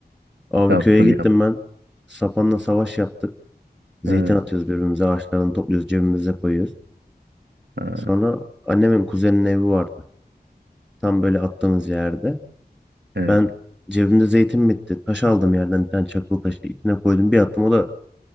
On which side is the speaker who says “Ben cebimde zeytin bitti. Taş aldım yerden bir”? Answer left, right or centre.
Centre